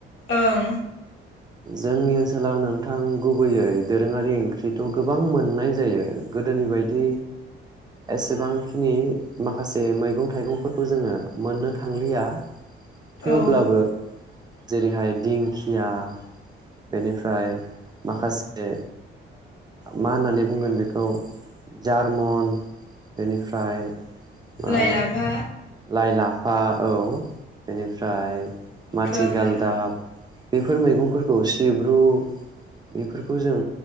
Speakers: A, on the left; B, on the right.
A: ओं।
B: जोंनि ओनसोलाव नोंथां गुबैयै दोरोङारि ओंख्रिथ' गोबां मोननाय जायो गोदोनि बायदि एसेबांखिनि माखासे मैगं थाइगंफोरखौ जोङो मोननो थांलिया । थेवब्लाबो।
A: औ
B: जेरैहाय दिंखिया बेनिफ्राय माखासे मा होननानै बुंगोन बेखौ जारमन बेनिफ्राय
A: लाइ
B: आ
A: लाफा
B: लाइ लाफ औ। बेनिफ्राय
A: औ बुथुवाफोर
B: माथिगालदाब बेफोर मैगंफोरखौ खौ सिब्रु बेफोरखौ जों